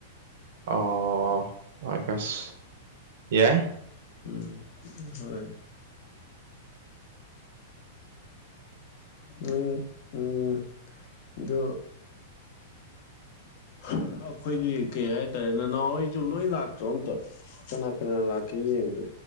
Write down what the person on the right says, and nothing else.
ꯑꯣ ꯑꯥꯒꯁꯠ ꯌꯥꯏ